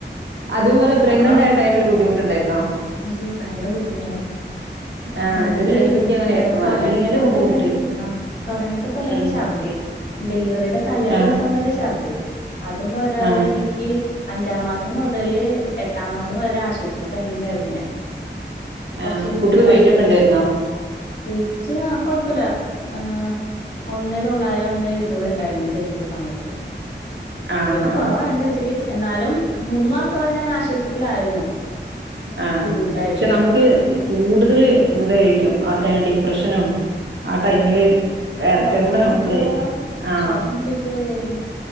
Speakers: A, on the right; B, on the left.
A: അതുപോലെ പ്രഗ്നന്റ്
B: അപ്പാ
A: ആയ ടൈമിൽ ബുദ്ധിമുട്ടുണ്ടായിരുന്നോ?
B: അയ്യോ ഭയങ്കര ബുദ്ധിമുട്ടായിരുന്നു
A: ആ
B: എനിക്ക്
A: എന്റെ ജ്യേഷ്ഠത്തിക്ക് അങ്ങനെയായിരുന്നു.
B: ഏ തൊടങ്ങിയപ്പ
A: നല്ല ബുദ്ധിമുട്ടായിരുന്നു.
B: തൊടങ്ങി ആ തൊടങ്ങിയപ്പ തൊടങ്ങി
A: ഉം.
B: ശർദി ഡെലിവറിയുടെ തലേ
A: ആ,
B: ദിവസം വരെ ശർദി അതും പോരാതെ
A: ആ,
B: എനിക്ക് അഞ്ചാം മാസം മുതല് എട്ടാം മാസം വരെ ആശുപത്രി തന്നെയിരുന്നു ഞാൻ കൊർച്ച്
A: ആ.
B: ബുദ്ധിമുട്ടായി
A: കുട്ടികള് വെയിറ്റ് ഒക്കെ
B: പോയി
A: ഉണ്ടായിരുന്നോ?
B: വൈറ്റ് ആ കൊഴപ്പല്ല ആ ഒന്നെ തൊള്ളായിരം ഒന്നെ എഴുന്നൂറ് ഇണ്ടായിരുന്നു ജനിച്ച സമയത്ത്
A: ആ,
B: വെയിറ്റ് കോറവായിന്ന്
A: ആ,
B: വെച്ചിട്ട് എന്നാലും മൂന്ന് മാസ്ത്തോളം ഞാൻ ആശുപത്രിയിലായിരുന്നു
A: ആ
B: ബുദ്ധിമുട്ടായിട്ട്
A: പക്ഷെ നമുക്ക് കൂടുതല് ഇതായിരിക്കും ആ ഡിപ്രഷനും ആ ടൈമില് ഇരട്ടയും
B: ഒറങ്ങാൻ
A: കൂടെ ആവുമ്പളേ
B: പറ്റ്ള്ള
A: ആ,
B: ശ്വാസം മുട്ടീട്ട് വയ്യായിരുന്നു